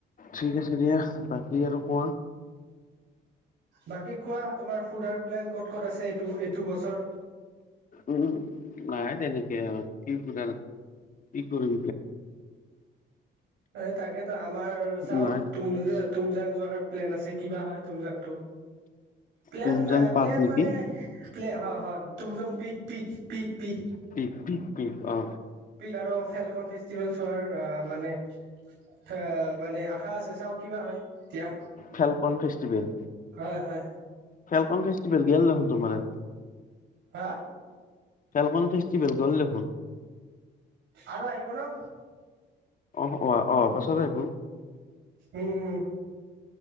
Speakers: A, on the left; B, on the right.
A: ঠিক আছে দিয়া বাকী আৰু কোৱা
B: বাকী কোৱা তোমাৰ ফুডাৰ প্লেন ক'ত ক'ত আছে এইটো এইটো বছৰ
A: উম নাহাই তেনেকে আৰু কিাৰ কি কৰি
B: এই তাকেতো আমাৰ চাও
A: নাই
B: তুম তুমজাং যোৱাৰ প্লেন আছে কিবা হয় তুমজাংটো প্লেন
A: তুমজাং পাৰ্ক
B: প্লেন
A: নেকি
B: মানে প্লে হা হা তুম যং পক পক পীক পী
A: ঠিক ঠিক ঠিক অ
B: আৰু ফেলকন ফেষ্টিভেলছ হোৱাৰ মানে এ মানে আশা আছে চাও কিবা হয় এতিয়া
A: ফেলকন ফেষ্টিভেল
B: হয় হয়
A: ফেলকন ফেষ্টিভেল গেল দেখোন তোমাৰ
B: হা
A: ফেলকন ফেষ্টিভেল গল লখোন
B: আৰু আহিব ন
A: অ অ অ পাছত আহবু
B: উম হম